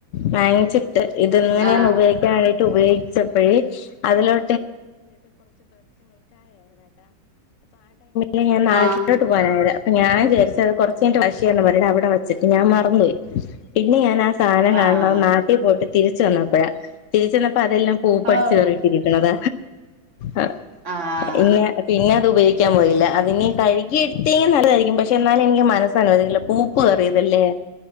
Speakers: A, on the left; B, on the right.
A: വാങ്ങിച്ചി ട്ട് ഇതിങ്ങനെയാന്ന്
B: ആഹ്
A: ഉപയോഗിക്കാൻ <unintelligible> ഉപയോഗിച്ചപ്പാഴ് ഇല്ല ഞാന്‍ നാട്ടിലോട്ട്
B: ആഹ്
A: പോവാൻ ആയില്ല ഞാൻ വിചാരിച്ച് അത് കുറച്ച് കഴിഞ്ഞിട്ട് വാഷെയ്യാന്ന് പറഞ്ഞിട്ട് അവിടെ വെച്ചിട്ട് ഞാൻ മറന്ന് പോയി പിന്നെ ഞാൻ ആ സാധനം കാണണത്
B: ആഹ്
A: നാട്ടിൽ പോയിട്ട് തിരി ച്ച് വന്നപ്പഴാ തിരിച്ച് വന്ന പ്പ അതെല്ലാം പൂപ്പടിച്ച്
B: ഔ
A: കയറിയിട്ടിരിക്കണത ആ
B: ആഹ്
A: പിന്നെ പിന്നാ അത് ഉപയോഗിക്കാൻ പോയില്ല അതിനി കഴുകി എടുത്ത് കഴിഞ്ഞാൽ നല്ലതായിരി ക്കും പക്ഷെ എന്നാലും എനിക്ക് മനസ്സ് അനുവദിക്കാണില്ല പൂ പ്പ് കയറിയതല്ലേ